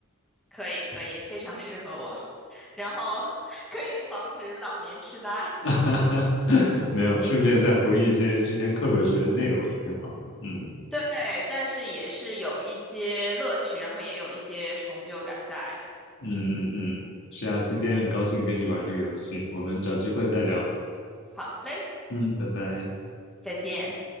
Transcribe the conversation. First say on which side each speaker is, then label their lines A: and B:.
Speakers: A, in the centre; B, on the left.
A: 可以可以，非常适合我，<laughs> 然后 <laughs> 可以防止老年痴呆。
B: <laughs> 没有，顺便再回忆一些之前课本学的内容也挺好的。嗯
A: 对，但是也是有一些乐趣，然后也有一些成就感在的。
B: 嗯嗯嗯，是啊，今天很高兴跟你玩这个游戏，我们找机会再聊。
A: 好嘞，
B: 嗯，拜拜。
A: 再见。